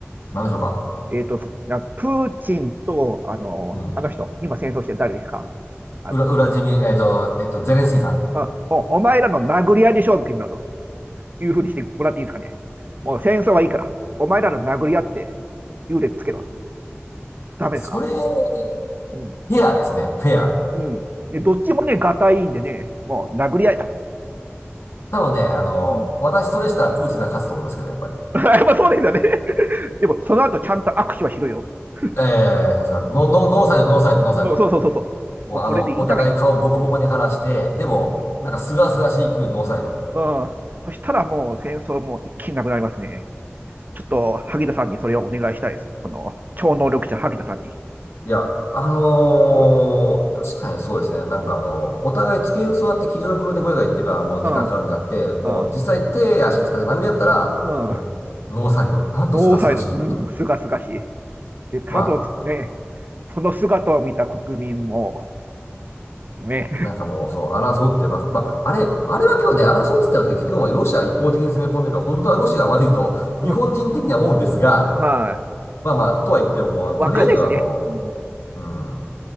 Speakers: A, on the left (about 75°); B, on the right (about 45°).
A: なんでしょうか。
B: えっと、そなプーチンと、あの、
A: うん。
B: あの人、今戦争してる誰ですかあの、
A: 裏、裏地味、えっと、えっと、ゼレンスキーさん。
B: あ、お、お前らの殴り合いで勝負決めたというふうにしてもらっていいですかね。もう戦争はいいから、お前らの殴り合って優劣つけろと。ダメですか
A: それ、フ
B: うん。
A: ェアですね。フェア。
B: うん。で、どっちもね、がたいいんでね、もう殴り合いと。
A: 多分ね、あの、
B: うん。
A: 私それしたらプーチンさん勝つと思いますけど、やっぱり。
B: <laughs> やっぱそうですよね。でも、その後ちゃんと握手はしろよと。
A: ええー、そうですか。ノ、ノ、ノーサイド、ノーサイド、ノーサイド。
B: もうそうそうそうそう。
A: もうあの、
B: もうそれでいいじゃないかと。
A: お互い顔ボコボコに晴らして、でも、なんかすがすがしい気分でノーサイド。
B: うん、うん。そしたらもう戦争も一気になくなりますね。ちょっと萩田さんにそれをお願いしたいです。その超能力者萩田さんに。
A: いや、あのー確かにそうですね。
B: うん、
A: なんかあの、
B: う
A: お互い机に座って机上の黒猫が言ってるからもう時間かかるんであって、
B: ん、
A: もう実際手足使って殴り合ったら、
B: うん、うん。うん
A: もうノーサイド。なんとすがすがしいんだと。
B: ノーサイド、うん、すがすがしい。で、多分ね、
A: まあ、
B: その姿を見た国民も、ね、
A: なんかもうそう、争うってばか、まあ、あれ、あれだけはね、争うって言ったわけ結局もうロシアが一方的に攻め込んでるから、本当はロシアが悪いと日本人的には思うんですが、
B: うんは
A: まあまあ、とは言っても、
B: い、わかんないですよね。
A: とりあえずあの、
B: うん、
A: うん、